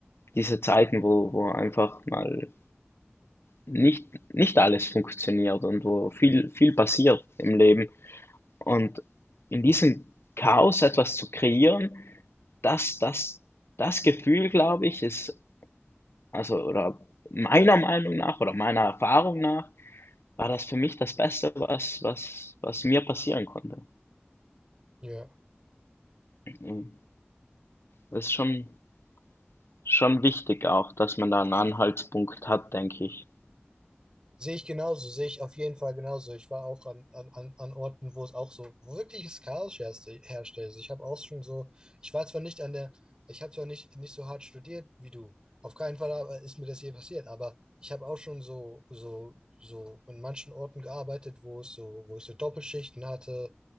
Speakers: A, on the left; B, on the right.
A: diese Zeiten, wo wo einfach mal nicht nicht alles funktioniert und wo viel
B: Ja.
A: viel passiert im Leben. Und in diesem Chaos etwas zu kreieren, das, das, das Gefühl, glaube ich, ist, also, oder meiner Meinung nach oder meiner Erfahrung nach, war das für mich das Beste, was, was, was mir passieren konnte.
B: Ja.
A: Mhm. Das ist schon, schon wichtig auch, dass man da einen Anhaltspunkt hat, denke ich.
B: Sehe ich genauso, sehe ich auf jeden Fall genauso. Ich war auch an, an, an an Orten, wo es auch so wirkliches Chaos herrschte. herrschte. Also Ich habe auch schon so, ich war zwar nicht an der, ich habe zwar nicht, nicht so hart studiert wie du, auf keinen Fall aber ist mir das je passiert, aber ich habe auch schon so, so, so in manchen Orten gearbeitet, wo es so, wo ich so Doppelschichten hatte,